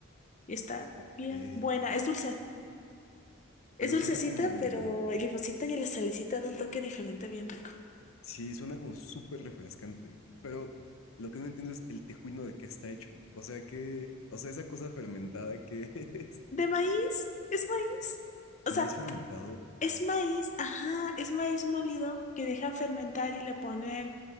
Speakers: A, on the left; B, on the left.
A: Y está
B: Ok.
A: bien buena, es dulce. Es
B: Pero
A: dulcecita,
B: suena como,
A: pero el limoncito y la salecita da un toque diferente bien rico.
B: Sí, suena como súper refrescante, pero lo que no entiendo es el tejuino de qué está hecho. O sea, que, o sea, esa cosa fermentada que <laughs> es
A: ¿De maíz? ¿Es maíz? O sea,
B: maíz fermentado,
A: Es maíz, ajá, es maíz molido que dejan fermentar y le ponen,